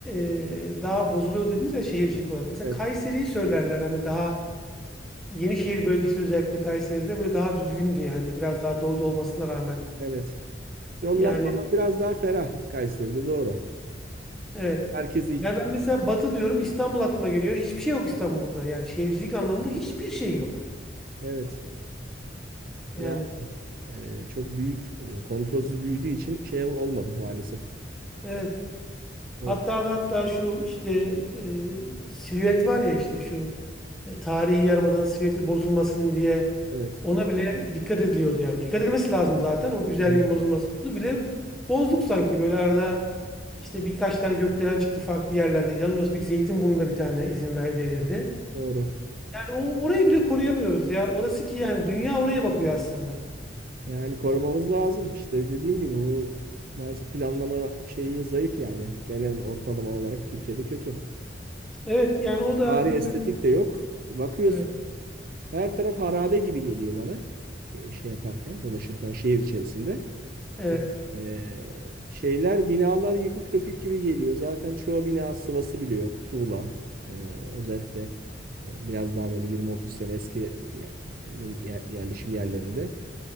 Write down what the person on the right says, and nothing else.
Evet.
Evet. Yollar
falan biraz daha ferah Kayseri'de doğru.
Herkesi için.
Evet.
Ya e, çok büyük e, kontrolsüz büyüdüğü için şey olmadı maalesef.
O
evet.
Hadi.
Evet, Doğru.
Yani korumamız lazım. İşte dediğim gibi bu maalesef planlama şeyi zayıf yani. Genel ortalama olarak Türkiye'de kötü.
Bari estetik
de yok. Bakıyorsun
her taraf harabe gibi geliyor bana. E, Şey yaparken, dolaşırken şehir içerisinde.
E, e, şeyler, binalar yıkık dökük gibi geliyor. Zaten çoğu bina sıvası bile yok. Tuğla. E, özellikle e, biraz daha böyle 20-30 sene eski ye- yer- yerleşim yerlerinde.